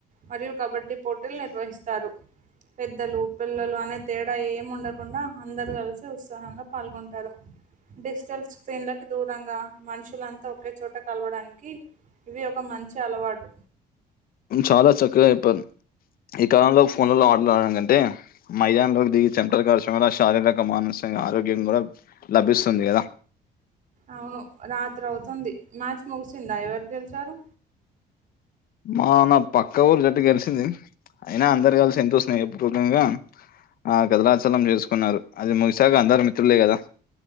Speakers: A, on the right; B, on the left.
A: మరియు కబడ్డీ పోటీలు నిర్వహిస్తారు పెద్దలు పిల్లలు అనే తేడా ఏముండకుండా అందరు కలిసి ఉత్సాహంగా పాల్గొంటారు డిజిటల్ స్క్రిన్లాకి దు ఈ విధంగా మనుషులంతా ఒకే చోట కలవడానికి ఇవి ఒక మంచి అలవాటు
B: చాలా చక్కగా చెప్పాన్ ఈ కాలంలో ఫోన్లలో ఆటలు ఆడడం కంటే మైదాన లోకి దిగి చమటలు కార్చడమే శారీరక మనస్ ఆరోగ్యం కూడా లభిస్తుంది కదా
A: అవును రాత్రి అవుతుంది మ్యాచ్ ముగిసిందా ఎవరి గెలిచారు
B: మా నా పక్క ఊరు జట్టు గెలిసింది అయినా అందరు కలిసి ఎంతో స్నేహపూర్వకంగా ఆ కదలాచలం చేసుకున్నారు అది ముగిశాక అందరు మిత్రులే కదా